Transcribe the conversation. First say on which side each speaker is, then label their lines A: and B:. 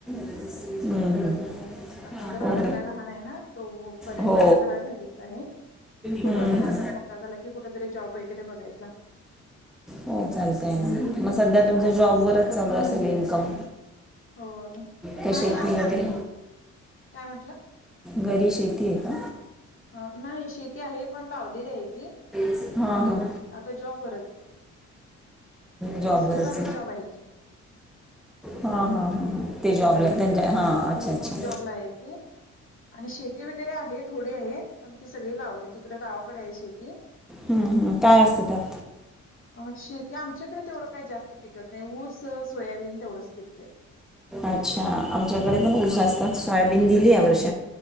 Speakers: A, in the centre; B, on the left.
A: हम्म हम्म.
B: आता जरा मुलगा
A: उरले
B: लहान आहे ना. तो पर्यंत
A: हो
B: जरा घरीच आहे. बघू
A: हम्म,
B: आता
A: हम्म.
B: जरा अस मोठा झाला की कुठतरी जॉब वगैरे बघायचा.
A: हो चालतय ना, मग सध्या
B: होय
A: तुमच्या जॉब वरच चालू असेल इन्कम.
B: हो
A: का
B: नाही
A: शेती
B: आ
A: वगैरे
B: काय म्हटलं.
A: घरी शेती आहे का?
B: ह नाही शेती आहे, पण लावलेली आहे ती.
A: हा
B: अ
A: हा.
B: आता जॉबवरच
A: जॉब
B: मिस्टरांचा
A: वरच
B: जॉब आहे की
A: हा, हा, हा. ते जॉबला त्यांच्या हा अच्छा-अच्छा.
B: हो जॉबला आहेत ते आणि शेती वगैरे आहे, थोडी आहे, पण ती सगळी लावले तिकड गावाकडे आहे शेती.
A: हम्म. हम् काय असतं त्यात?
B: अ शेती आमच्याकडे तेवढं काही जास्त पिकत नाही. ऊस सोयाबीन तेवढंच पिकतय.
A: अच्छा आमच्याकडे पण ऊस असतात. सोयाबीन दिली या वर्षी.